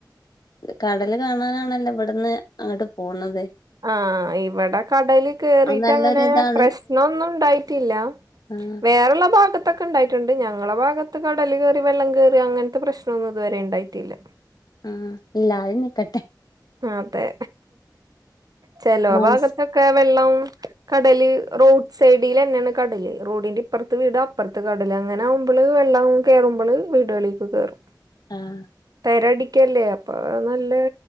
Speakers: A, on the left (about 60°); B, on the right (about 55°).
A: കടല് കാണാനാണല്ലോ ഇവിടുന്ന് അങ്ങട്ട് പോണത്.
B: ആഹ് ഇവിടെ കടല് കേറീട്ടങ്ങനെ
A: അത് നല്ലൊരു ഇതാണ്
B: പ്രശ്നോന്നും ഉണ്ടായിട്ടില്ല.
A: ആഹ്
B: വേറൊള്ള ഭാഗത് ഇത്തക്കൊണ്ടായിട്ടുണ്ട്, ഞങ്ങളുടെ ഭാഗത്ത് കടല് കേറി വെള്ളം കേറി അങ്ങനത്തെ പ്രശ്നൊന്നും ഇതുവരെ ഉണ്ടായിട്ടില്ല.
A: ഉം ഇല്ലതെ നിക്കട്ടെ.
B: അതെ ചെലോ
A: മനസ്
B: ഭാഗത്തൊക്കെ വെള്ളം കടല് റോഡ് സൈഡിലന്നെയാണ് കടല് റോഡിന്റെ ഇപ്പറത്ത് വീടപ്പുറത്ത് കടല് അങ്ങനെ ആകുമ്പള് വെള്ളം കേറുമ്പള് വീടുകളിലക്ക് കേറും
A: ആഹ്
B: തെരടിക്കല്ലേ അപ്പൊ നല്ല